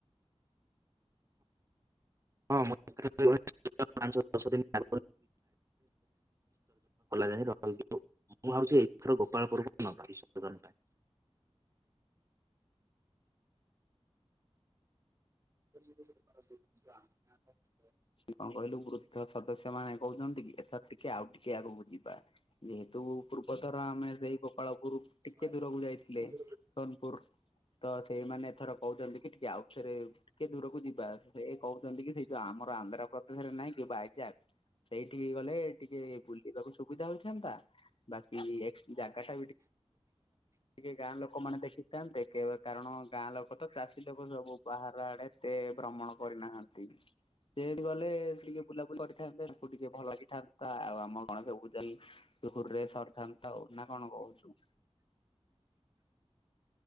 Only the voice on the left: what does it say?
କଣ କହିଲୁ ବୃଦ୍ଧ ସଦସ୍ୟ ମାନେ କହୁଚନ୍ତି କି ଏଥ ଟିକେ ଆଉ ଟି ଟିକିଏ ଆଗକୁ ଯିବା ଯେହେତୁ ପୂର୍ବଥର ଆମେ ସେଇ ଗୋପାଳପୁରୁ ଟି
ଟିକେ ଦୂରକୁ ଯାଇଥିଲେ ସୋନପୁରୁ ତ ସେଇମାନେ ଏଥର କହୁଚନ୍ତି କି ଟିକେ ଆଉ ଥରେ ଟିକେ ଦୂରକୁ ଯିବା ସେ କହୁଚନ୍ତି କି ସେଇ ଆମର ଆନ୍ଧ୍ରାପ୍ରଦେଶରେ ନାହଁ କି ବାଇଯାକ୍। ସେଇଠିକି ଗଲେ ଟିକେ ବୁଲିବାକୁ ସୁବିଧା ହୋଇଥାନ୍ତା ବାକି ଏକ୍ସେ ଜାଗା ଟା ବି ଟିକେ ଟିକେ ଗାଁ ଲୋକମାନେ ଦେଖିଥାନ୍ତେ। କାରଣ ଗାଁ ଲୋକ ତ ଚାଷୀ ଲୋକ ସବୁ ବାହାର ଆଡେ ତେ ଭ୍ରମଣ କରିନାହାଁନ୍ତି। ଡେଟ୍ ଗଲେ ଟିକେ ବୁଲାବୁଲି କରିଥାନ୍ତେ ତାକୁ ଟିକେ ଭଲ ଲାଗିଥାନ୍ତା ଆଉ ଆମ ଗଣେଶ ପୂଜାରେ। ତୁହୁରେ ସରଥାନ୍ତା ଆଉ ନାଁ କଣ କହୁଚୁ?